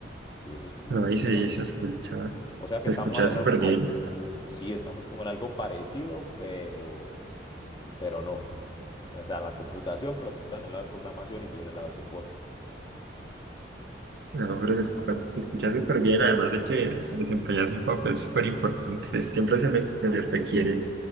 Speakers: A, on the left; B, on the right.
A: Sí, eso es como
B: No,
A: lo que
B: y se,
A: yo hago.
B: se escucha,
A: O sea que
B: se
A: estamos
B: escucha
A: en
B: súper bien.
A: algo, sí, estamos como en algo parecido, pero, pero no. <laughs> O sea, la computación, pero tú estás en el lado de programación y yo en el lado de soporte.
B: No, pero se escucha, se escucha súper bien, además de que desempeñas un papel súper importante. Siempre se, le- se le requiere